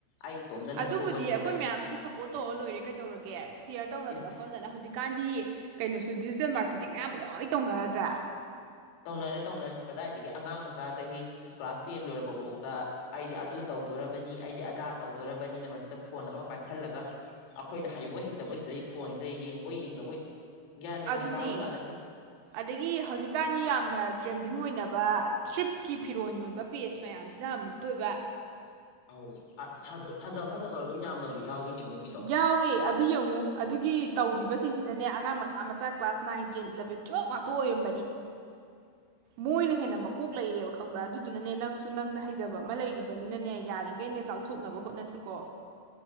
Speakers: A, on the left; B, on the right.
A: ꯑꯩ ꯏꯇꯣꯝꯗꯅ
B: ꯑꯗꯨꯕꯨꯗꯤ
A: ꯁꯨꯕꯗ
B: ꯑꯩꯈꯣꯏ
A: ꯍꯦꯛꯇ
B: ꯃꯌꯥꯝꯁꯨ ꯁꯞꯄꯣꯔꯠ ꯇꯧꯔ ꯂꯣꯏꯔꯦ ꯀꯩꯗꯧꯔꯒꯦ ꯁꯤꯌꯔ ꯇꯧꯅꯗꯅ
A: ꯏꯁ ꯏꯁ
B: ꯈꯣꯠꯅꯗꯅ ꯍꯧꯖꯤꯛ ꯀꯥꯟꯗꯤ ꯀꯩꯅꯣꯁꯨ ꯗꯤꯖꯤꯇꯦꯜ ꯃꯥꯔꯀꯦꯇꯤꯡ ꯑꯌꯥꯝꯕ ꯂꯣꯏ ꯇꯧꯅꯔꯗ꯭ꯔꯥ
A: ꯇꯧꯅꯔꯦ ꯇꯧꯅꯔꯦ ꯀꯗꯥꯏꯗꯒꯤ ꯑꯉꯥꯡ ꯃꯆꯥ ꯆꯍꯤ ꯀ꯭ꯂꯥꯁ ꯇꯦꯟ ꯂꯣꯏꯔꯛꯄꯐꯥꯎꯇ ꯑꯩꯗꯤ ꯑꯗꯨ ꯇꯧꯗꯣꯔꯔꯕꯅꯤ ꯑꯩꯗꯤ ꯑꯗꯥ ꯇꯧꯗꯣꯔꯔꯕꯅꯤꯅ ꯃꯁꯤꯗ ꯐꯣꯟ ꯑꯃ ꯄꯥꯏꯁꯤꯜꯂꯒ ꯑꯩꯈꯣꯏꯅ ꯍꯩꯕꯣꯏ ꯍꯩꯇ ꯁꯤꯗꯩ ꯐꯣꯟꯁꯦ ꯌꯦꯡꯕꯣꯏ ꯌꯦꯡꯗꯕꯣꯏ ꯒ꯭ꯌꯥꯟ ꯃꯦꯟꯒ
B: ꯑꯗꯨꯅꯦ
A: ꯇꯥꯕꯖꯥꯠ ꯅꯠꯇꯦ
B: ꯑꯗꯒꯤ ꯍꯧꯖꯤꯛꯀꯥꯟꯒꯤ ꯌꯥꯝꯅ ꯇ꯭ꯔꯦꯟꯗꯤꯡ ꯑꯣꯏꯅꯕ ꯊ꯭ꯔꯤꯞꯀꯤ ꯐꯤꯔꯣꯟ ꯌꯣꯟꯕ ꯄꯦꯖ ꯃꯌꯥꯝꯁꯤꯅ ꯑꯃꯨꯛꯇ ꯑꯣꯏꯕ
A: ꯑꯧ ꯐꯖꯕ ꯐꯖꯕ ꯑꯗꯨꯝ ꯌꯥꯝꯌꯥꯝꯅꯕꯨ ꯌꯥꯎꯋꯤꯅꯦ ꯃꯣꯏ
B: ꯌꯥꯋꯦ ꯑꯗꯨ ꯌꯦꯡꯉꯨ ꯑꯗꯨꯒꯤ ꯇꯧꯔꯤꯕꯁꯤꯡꯁꯤꯅꯅꯦ ꯑꯉꯥꯡ ꯃꯆꯥ ꯃꯆꯥ ꯀ꯭ꯂꯥꯁ ꯅꯥꯏꯟ ꯇꯦꯟ ꯏꯂꯕꯦꯟ ꯖꯞ ꯉꯥꯛꯇ ꯑꯣꯏꯔꯝꯕꯅꯤ ꯃꯣꯏꯅ ꯍꯦꯟꯅ ꯃꯀꯣꯛ ꯂꯩꯔꯦꯕ ꯈꯪꯕ꯭ꯔꯥ ꯑꯗꯨꯗꯨꯅꯅꯦ ꯅꯪꯁꯨ ꯅꯪꯅ ꯍꯩꯖꯕ ꯑꯃ ꯂꯩꯔꯤꯕꯅꯤꯅꯅꯦ ꯌꯥꯔꯤꯈꯩꯅꯦ ꯆꯥꯎ ꯊ ꯊꯣꯛꯅꯕ ꯍꯣꯠꯅꯁꯤꯀꯣ